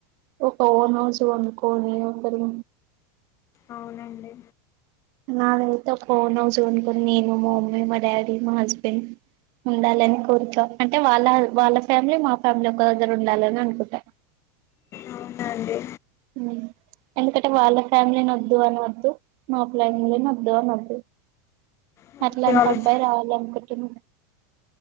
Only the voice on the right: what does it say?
ఒక ఓన్ హౌస్ కొనుకొని ఒకరి
నాదైతే ఒక ఓన్ హౌస్ కొనుకొని నేను మా మమ్మీ మా డాడీ మా హస్బెండ్ ఉండాలని కోరిక అంటే వాళ్ళ వాళ్ళ ఫ్యామిలీ మా ఫ్యామిలీ ఒక దగ్గర ఉండాలని అనుకుంటా
అ ఎందుకంటే వాళ్ళ ఫ్యామిలీ న వద్దు అని వద్దు మా ఫ్యామిలీ ను వద్దు అన వద్దు
అట్లాన్
టి అబ్బాయి రావాలి అనుకుంటున్నా